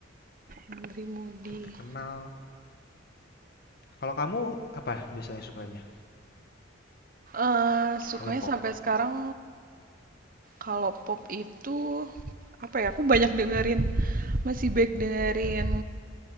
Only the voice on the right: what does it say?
Henry Moody.
Eh, sukanya
sampai sekarang kalau pop itu apa ya? Aku banyak dengerin, masih baik dengerin